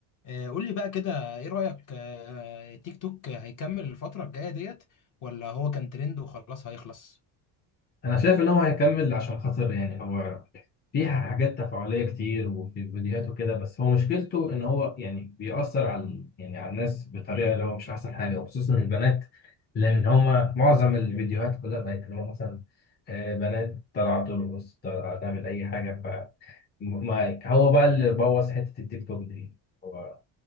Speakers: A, on the left; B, on the left.
A: آه، قول لي بقى كده ايه رأيك آه، آه، تيك توك هيكمل الفترة الجاية ديت ولا هو كان ترند وخلاص هيخلص
B: انا شايف ان هو هيكمل عشان خاطر يعني هو في حاجات تفاعليه كتير وفي فيديوهات وكده بس هو مشكلته ان هو يعني بيأثر على يعني على الناس بطريقه اللي هو مش احسن حاجه وخصوصا البنات لان هما معظم الفيديوهات كلها بقت اللي هو مثلا آه، بنات طالعه ترقص طالعه تعمل اي حاجه ف ما- هو بقى اللي بوظ حته التيك توك دي هو